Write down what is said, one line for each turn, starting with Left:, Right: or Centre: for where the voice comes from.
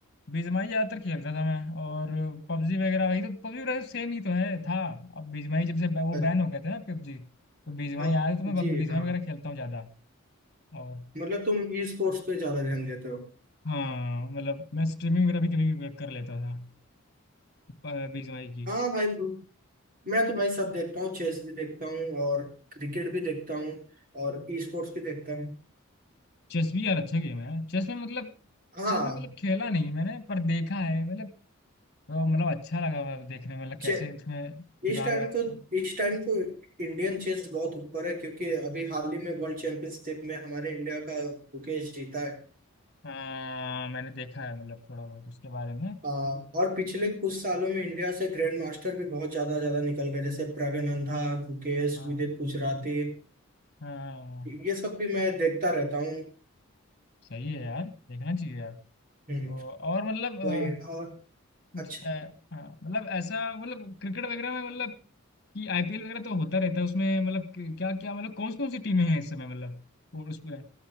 Left: बीजीएमआई ज्यादातर खेलता था मैं और पबजी वगैरह वही तो पबजी वगैरह सेम ही तो है था अब बीजीएमआई जब से ब- वो
Right: अच्छा,
Left: बैन हो गए थे ना पबजी तो बीजीएमआई
Right: हाँ
Left: आया तो मैं
Right: जी
Left: बीजीएमआई
Right: हाँ
Left: वगैरह खेलता हूँ ज्यादा और
Right: मतलब तुम ई स्पोर्ट्स पे ज्यादा ध्यान देते हो
Left: हाँ मतलब मैं स्ट्रीमिंग वगैरह भी कभी कभी कर लेता था प- बीजीएमआई की
Right: हाँ भाई मैं तो भाई सब देखता हूँ चेस भी देखता हूँ और क्रिकेट भी देखता हूँ और ई स्पोर्ट्स भी देखता हूँ
Left: चेस भी यार अच्छा गेम है यार चेस में मतलब
Right: हाँ
Left: चेस में मतलब खेला नहीं है मैंने पर देखा है मतलब तो मतलब अच्छा लगा मतलब देखने में मतलब
Right: चे-
Left: कैसे इसमें दिमाग
Right: इस टाइम
Left: वगैरह
Right: तो इस टाइम तो इंडियन चेस बहुत ऊपर है क्योंकि अभी हाल ही में वर्ल्ड चैंपियनशिप में हमारे इंडिया का मुकेश जीता है
Left: हाँ मैंने देखा है मतलब थोड़ा बहुत उसके बारे में
Right: हाँ और पिछले कुछ सालों में इंडिया से ग्रैंड मास्टर भी बहुत ज्यादा ज्यादा निकल गए जैसे प्रगनंदा गुकेश
Left: हाँ
Right: विदित गुजराती
Left: हाँ
Right: ये सब भी मैं देखता रहता हूँ
Left: सही है यार देखना चाहिए यार
Right: हम्म,
Left: तो और मतलब अ,
Right: वही और
Left: कुछ
Right: अच्छा
Left: अ, हाँ, मतलब ऐसा मतलब क्रिकेट वगैरह में मतलब कि आईपीएल वगैरह तो होता रहता है उसमें मतलब कि- क्या क्या मतलब कौन कौन सी टीमें हैं इस समय मतलब और उस पे